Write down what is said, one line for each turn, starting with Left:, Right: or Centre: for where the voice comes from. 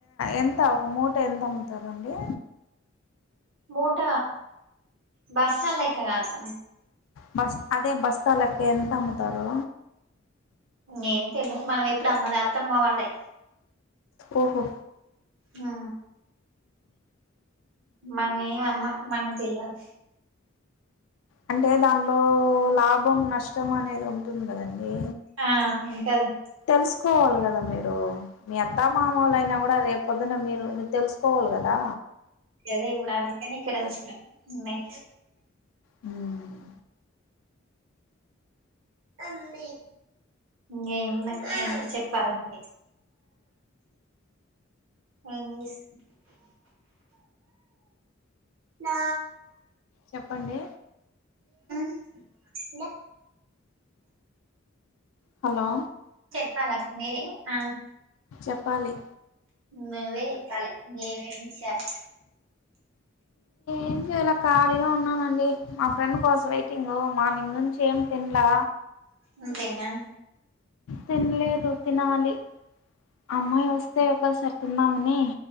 Left: ఎంత ఒక మో ట ఎంతముతారండి
Right: మూట బస్లైక్క కాక్క
Left: బస్ అదే బస్ స్థాలెక్క ఎంత అమ్ముతారు
Right: ఏమి తెలిదు మనం ఎప్పుడు అమ్మాలే అత్తమ్మ వాళ్లే
Left: ఓహో
Right: ఆ మనమేమి అమ్మ మనకు తెలివదు
Left: అంటే దాంట్లో లాభం నష్టం అనేది ఉంటుంది కదండీ
Right: ఆ ఉంటది
Left: తెలుసుకోవాలి కదా మీరు మీ అత్తా మామలు అయినా కూడా రేపు పొద్దున్న మీరు మీరు తెలుసుకోవాలి కదా
Right: ఇంగదే ఇప్పుడు అందుకనే ఇక్కడ వచ్చిన ఉన్నాయి
Left: మ్మ్
Right: ఇంగేమున్నాయి ఏదైనా చెప్పాల మీరే ఏం చెస్ నా
Left: చెప్పండి
Right: మ్మ్
Left: హలో
Right: ప్పాల మీరే మ్మ్
Left: చెప్పాలి
Right: నువ్వే చెప్పాలే ఏవైనా విషయాలు
Left: ఏం చేయలా ఖాళీగా ఉన్నానండి మా ఫ్రెండ్ కోస వెయిటింగ్ మార్నింగ్ నుంచి ఏం తిన్లా
Right: అంతేనా
Left: తినలేదు తినాలి అమ్మాయి వస్తే ఒకసారి తిన్నామని